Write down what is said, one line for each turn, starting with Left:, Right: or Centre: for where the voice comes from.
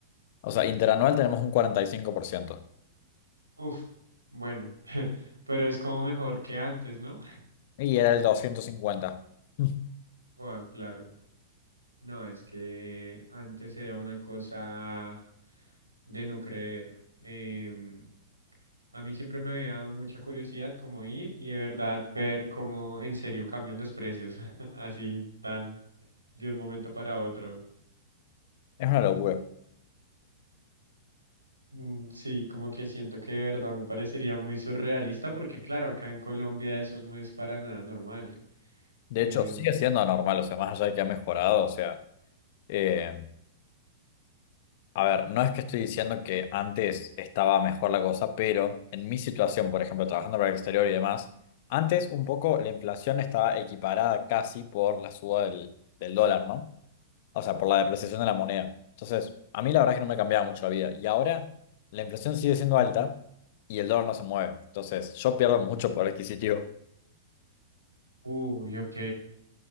Left: O sea, interanual tenemos un cuarenta Y cinco por ciento
Right: Uf, bueno, <laughs> pero es como mejor que antes, ¿no?
Left: y era el 250. <laughs>
Right: Ah, claro. No, es que antes era una cosa de no creer. Em, a mí siempre me había dado mucha curiosidad como ir y de verdad ver cómo en serio cambian los precios, <laughs> así tan de un momento para otro.
Left: Es una locura.
Right: Mm, Sí, como que siento que de verdad me parecería muy surrealista porque claro, acá en Colombia eso no es para nada normal.
Left: De
Right: Em,
Left: hecho, sigue siendo anormal, o sea, más allá de que ha mejorado, o sea, eh, a ver, no es que estoy diciendo que antes estaba mejor la cosa, pero en mi situación, por ejemplo, trabajando para el exterior y demás, antes un poco la inflación estaba equiparada casi por la suba del, del dólar, ¿no? o sea, por la depreciación de la moneda. Entonces, a mí la verdad es que no me cambiaba mucho la vida. Y ahora la inflación sigue siendo alta y el dólar no se mueve. Entonces, yo pierdo mucho poder adquisitivo.
Right: uy, ok,